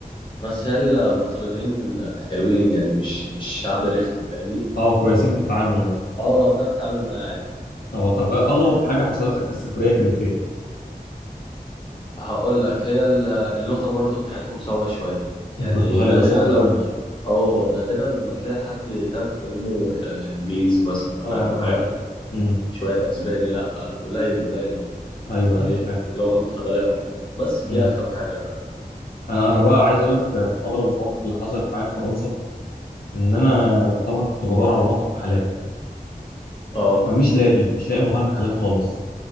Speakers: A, on the left; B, on the left.
A: بس هي البرتغاليين حلوين يعني مش مش شعب رخم فاهمني
B: اه كويسين في التعامل يعني
A: اه بتعرف تتعامل معاه عادي
B: اه طب اغرب حاجه حصلت لك في السفريه كانت ايه
A: هقول لك هي ال- اللغة برضو بتاعتهم صعبة شوية يعني
B: البرتغالي
A: نادرا
B: ده صعب
A: لما
B: قوي
A: اه نادرا لما تلاقي حد تعرف تكلمه آه، إنجليزي مثلا
B: اه
A: فاهم حاجة
B: اه امم
A: شوية أسباني لا آه، قليل قليل أوي
B: ايوه
A: برتغالي
B: ايوه فاهم
A: اللغة البرتغالية أكتر يعني. بس دي
B: امم
A: أرخم حاجة فاهم
B: انا انا بقى عايز اقول لك ده من اغرب المواقف اللي حصلت معايا في فرنسا ان انا طبعا كنت بدور على مطعم حلال
A: اه
B: فمش لاقي مش لاقي مطاعم حلال خالص